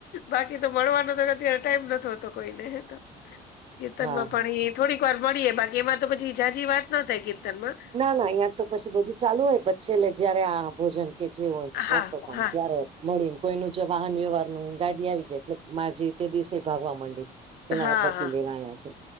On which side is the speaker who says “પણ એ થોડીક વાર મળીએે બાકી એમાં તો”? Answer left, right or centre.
Left